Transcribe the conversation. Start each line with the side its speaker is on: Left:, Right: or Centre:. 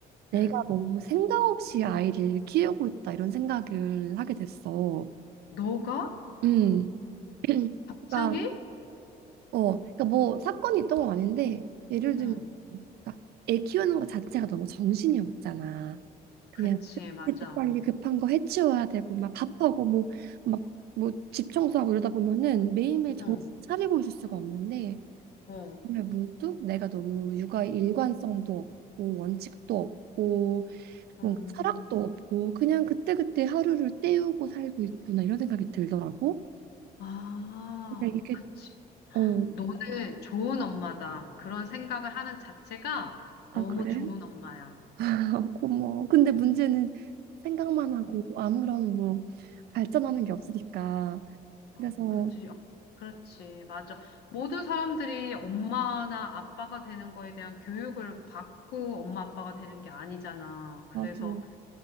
Right: 내가
Left: 응.
Right: 너무 생각 없이 아이를 키우고 있다, 이런 생각을 하게 됐어.
Left: 너가?
Right: 음, <clears throat>
Left: 갑자기?
Right: 그러니까, 어, 그러니까 뭐 사건이 있던 건 아닌데, 예를 들면,
Left: 응.
Right: 그러니까 애 키우는 것 자체가 너무 정신이 없잖아. 그냥
Left: 그치, 맞아.
Right: 빨리 급한 거 해치워야 되고 막 밥하고 뭐 막 뭐 집 청소하고 이러다 보면은 매일매일 정신
Left: 응,
Right: 차리고 있을 수가 없는데
Left: 응,
Right: 정말 문득 내가 너무 육아 일관성도 없고 원칙도 없고
Left: 음.
Right: 뭔가 철학도 없고 그냥 그때그때 하루를 때우고 살고 있구나 이런 생각이 들더라고.
Left: 아,
Right: 근데 이게
Left: 그치.
Right: 어,
Left: 너는 좋은 엄마다. 그런 생각을 하는 자체가
Right: 아
Left: 너무
Right: 그래?
Left: 좋은 엄마야.
Right: <laughs> 고마워. 근데 문제는 생각만 하고
Left: 어,
Right: 아무런 뭐 발전하는 게 없으니까 그래서
Left: 아, 그렇지. 아, 그렇지, 맞아. 모든 사람들이 엄마나 아빠가 되는 거에 대한 교육을 받고 엄마 아빠가 되는 게 아니잖아. 그래서
Right: 맞아.